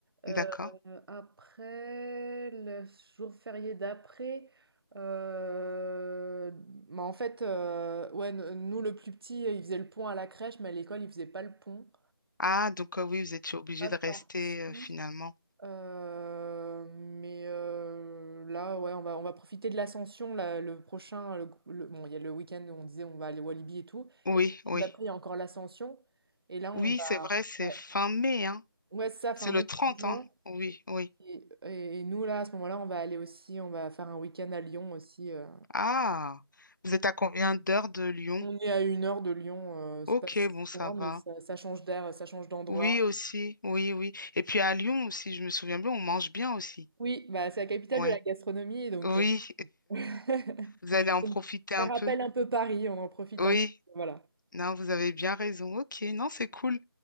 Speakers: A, on the right; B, on the left.
A: Euh,
B: d'accord.
A: après, le jour férié d'après, euh, bah, en fait, euh, ouais, nous, le plus petit, il faisait le pont à la crèche, mais à l'école, il faisait pas le pont.
B: Ah, donc euh, oui, vous étiez obligé
A: Pas
B: de
A: parti.
B: rester euh, finalement.
A: Euh, mais euh, là, ouais, on va, on va profiter de l'ascension. Là, le prochain, le, le- bon, il y a le week-end où on disait on va aller au Walibi et tout.
B: Oui,
A: Et le week-end
B: oui.
A: d'après, il y a encore l'ascension. Et là, on
B: Oui,
A: va.
B: c'est vrai, c'est
A: Ouais,
B: fin mai, hein.
A: ouais, c'est ça, fin
B: C'est
A: mai,
B: le trente.
A: début juin.
B: hein. Oui, oui.
A: Et, et- et nous, là, à ce moment-là, on va aller aussi, on va faire un week-end à Lyon aussi. euh.
B: Ah, vous êtes à combien d'heures de Lyon?
A: On est à une heure de Lyon, euh, c'est
B: Ok,
A: pas si
B: bon, ça
A: loin,
B: va.
A: mais ça, ça change d'air, ça change d'endroit.
B: Oui, aussi, oui, oui. Et puis à Lyon aussi, je me souviens bien, on mange bien aussi.
A: Oui, bah, c'est la capitale
B: Oui.
A: de la gastronomie, donc.
B: Oui,
A: euh, <laughs>
B: Vous allez en profiter un
A: Ça rappelle
B: peu.
A: un peu Paris, on en profite
B: Oui,
A: un peu. Voilà.
B: non, vous avez bien raison. Ok, non, c'est cool.